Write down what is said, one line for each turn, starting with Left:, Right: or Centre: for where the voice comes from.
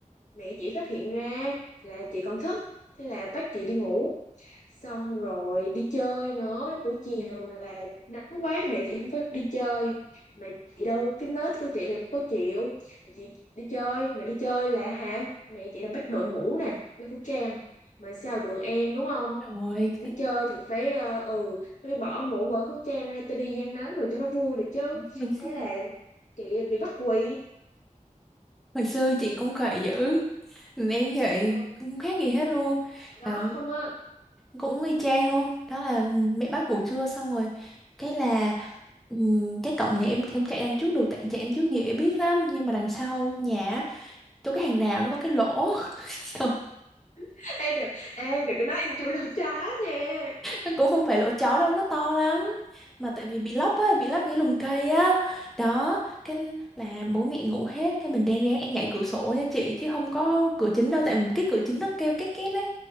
Left: mẹ chị phát hiện ra là chị còn thức thế là bắt chị đi ngủ xong rồi đi chơi nữa buổi chiều là nắng quá mẹ chị không phải đi chơi mà chị đâu cái nết của chị là có chịu Mà chị đi chơi mà đi chơi là hả mẹ chị là bắt đội mũ nè đeo khẩu trang mà sao được em đúng không
Centre: rồi
Left: đi chơi thì phải ờ, ừ phải bỏ mũ bỏ khẩu trang ra tôi đi gian nắng rồi cho nó vui được chứ
Centre: đúng
Left: thế
Centre: không?
Left: là chị bị bắt quỳ
Centre: hồi xưa chị cũng khỏe dữ Ừ, Em vậy
Left: Ờ,
Centre: không khác gì hết luôn
Left: ở đó
Centre: à,
Left: không á
Centre: cũng y chang luôn đó là mẹ bắt ngủ trưa xong rồi cái là ừm, cái cổng nhà em thì không chạy đằng trước được tại chạy đằng trước dễ biết lắm nhưng mà đằng sau nhà á, chỗ cái hàng rào nó có cái lỗ <laughs>
Left: <laughs> ê đừng ê đừng có nói em chui lỗ chó nha
Centre: Nó cũng không phải lỗ chó đâu nó to lắm mà tại vì bị lấp á bị lấp cái lùm cây á đó cái là bố mẹ ngủ hết cái mình reng rén em nhảy cửa sổ nha chị chứ không có cửa chính đâu tại cái cửa chính nó kêu két két đấy